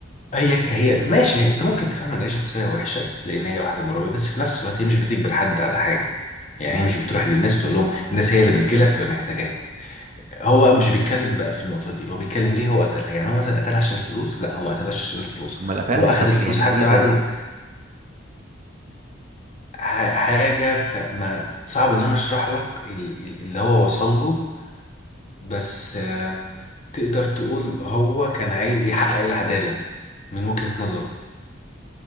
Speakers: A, on the left; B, on the right.
A: هي هي ماشي هي انت ممكن تفهم ان هي شخصيه وحشه لان هي واحده مرابيه بس في نفس الوقت هي مش بتجبر حد على حاجه يعني
B: امم
A: هي مش بتروح للناس تقول لهم الناس هي اللي بتجيلها بتبقى محتاجاها هو مش بيتكلم بقى في النقطة دي هو بيتكلم ليه هو قتلها يعني هو مثلا قتلها عشان الفلوس لا هو ما قتلهاش عشان الفلوس
B: امال قتلها
A: هو أخد
B: طب
A: الفلوس
B: يعني
A: حتى
B: ليه طيب؟
A: بعد ما ح- حاجة فما صعب إن أنا أشرح لك ال- ال- اللي هو وصل له بس آه، تقدر تقول هو كان عايز يحقق العدالة من وجهة نظره